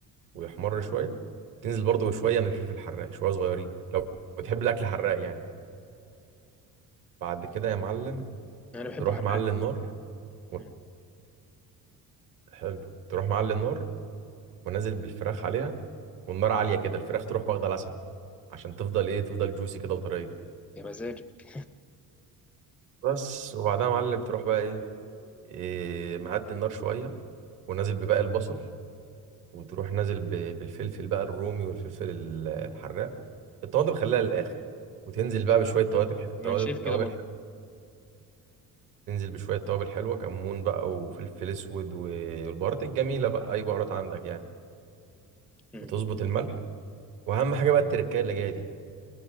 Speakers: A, on the right; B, in the centre.
A: ويحمر شويه تنزل برضه شويه من الفلفل الحراق شويه صغيرين لو بتحب الاكل حراق يعني بعد كده يا معلم
B: انا بحبه
A: تروح
B: حراق
A: معلي النار و...
B: مم.
A: حلو تروح معلي النار ونازل بالفراخ عليها والنار عاليه كده الفراخ تروح واخده لسعه عشان تفضل ايه تفضل جوسي كده وطريه
B: يا مزاجك
A: بس وبعدها يا معلم تروح بقى ايه, إيه معدي النار شويه ونازل بباقي البصل وتروح نازل ب... بالفلفل بقى الرومي والفلفل ال- الحراق الطماطم خليها للاخر وتنزل بقى بشويه توابل
B: ما
A: توابل
B: انا شايف
A: توابل
B: كده برضه
A: تنزل بشوية توابل حلوة كمون بقى وفلفل أسود والبهارات الجميلة بقى أي بهارات عندك يعني
B: مم.
A: وتظبط الملح وأهم حاجة بقى التركاية اللي جاية دي